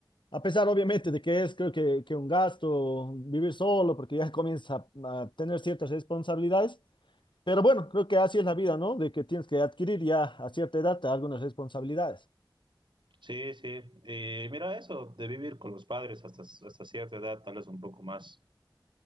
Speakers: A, on the left; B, on the right.
A: a pesar, obviamente, de que es, creo que, que un gasto vivir solo, porque ya <laughs> comienza a, a tener ciertas responsabilidades. Pero bueno, creo que así es la vida, ¿no? De que tienes que adquirir ya a cierta edad algunas responsabilidades.
B: Sí, sí. Y mira, eso de vivir con los padres hasta, hasta cierta edad, tal vez un poco más